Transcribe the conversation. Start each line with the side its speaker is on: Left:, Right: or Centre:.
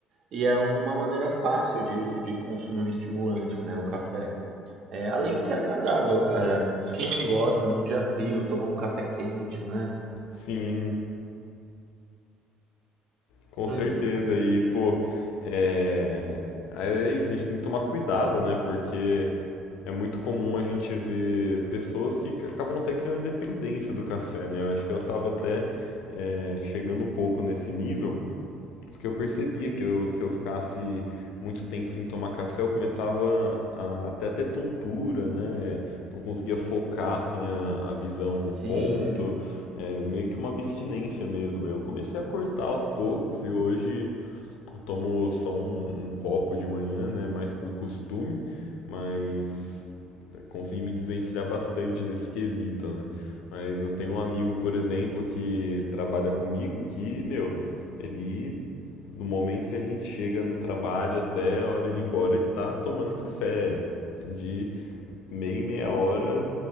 Right: E é uma maneira fácil de, de consumir um estimulante, né? O café. É, além de ser agradável, cara. Quem não gosta, num dia frio, tomar um café quente, né?
Left: sim, com
Right: Hum,
Left: certeza. E, pô, é... aí é isso, a gente tem que tomar cuidado, né? Porque é muito comum a gente ver pessoas que c- acabam até criando dependência do café, né? Eu acho que eu tava até é, chegando um pouco nesse nível, Porque eu percebia que eu- se eu ficasse muito tempo sem tomar café, eu começava a até ter tontura, né? Não conseguia focar assim a, a visão em um ponto,
Right: sim.
Left: é, meio que uma abstinência mesmo. Eu comecei a cortar aos poucos e hoje eu tomo só um, um copo de manhã, né? Mais por costume, mas consegui me desvencilhar bastante desse quesito, né? Mas eu tenho um amigo, por exemplo, que trabalha comigo que, meu, ele do momento que a gente chega no trabalho até a hora de ir embora, ele tá tomando café. De meia em meia hora,